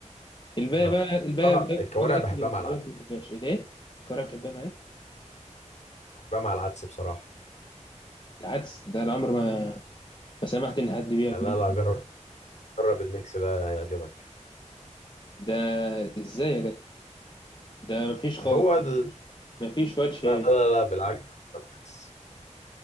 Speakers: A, on the left; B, on the left.
A: الباقي
B: لا
A: بقى الباقي
B: بصراحه
A: بقى بقى
B: الكوارع
A: اكل الحاجات
B: بحبها مع العدس
A: دي ما بحبهاش ليه الكوارع بتحبها معايا
B: بحبها مع العدس بصراحه
A: العدس ده العمر ما ما سمحت ان حد بياكل
B: لا لا جرب جرب الميكس ده هيعجبك
A: ده ازاي يا جدع ده مفيش خالص
B: هو ال...
A: مفيش وجه
B: لا لا لا بالعكس بالعكس.